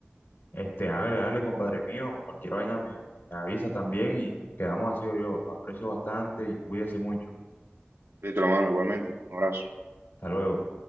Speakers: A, on the left; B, on the right.
A: Este, hágale, hágale, compadre mío. Cualquier vaina me, me avisa también y quedamos así, yo lo aprecio bastante y cuídese mucho.
B: Listo, hermano, igualmente. Un abrazo.
A: Hasta luego.